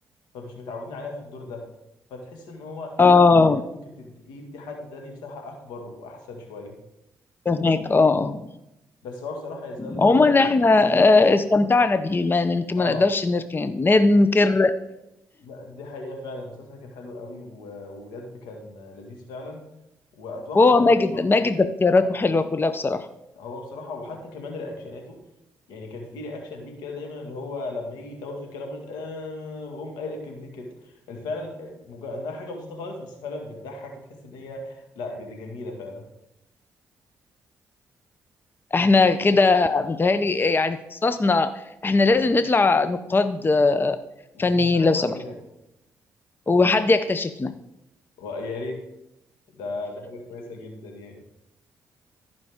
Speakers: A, on the left; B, on the left.
A: فمش متعودين عليها في الدور ده فتحس ان هو لا
B: اه
A: يعني كانت ممكن تد- يدي حد تاني مساحه اكبر واحسن شويه
B: فهمك اه آه.
A: بس هو بصراحه يظل
B: عموما
A: برضو
B: احنا آه، استمتعنا بيه ما ننكر
A: اه
B: ما نقدرش نركن ننكر
A: لا دي حقيقة فعلا المسلسل كان حلو قوي و- وبجد كان لذيذ فعلا وأتوقع
B: هو ماجد
A: إن هو
B: ماجد ده اختياراته حلوه كلها بصراحه
A: هو بصراحة وحتى كمان رياكشناته يعني كان في رياكشن ليه كده دايما اللي هو لما يجي يتوه في كلامه ال- آه، ويقوم قايل الكلمتين كده فعلا مج- إنها حاجة بسيطة خالص بس فعلا بتضحك وتحس إن هي لا جد جميلة فعلا
B: احنا كده متهيألي يعني في اختصاصنا احنا لازم نطلع نقاد آه،
A: فمسلسلات
B: فنيين لو سمحت
A: وأفلام
B: وحد يكتشفنا
A: ويا ريت ده ده حاجة كويسة جدا يعني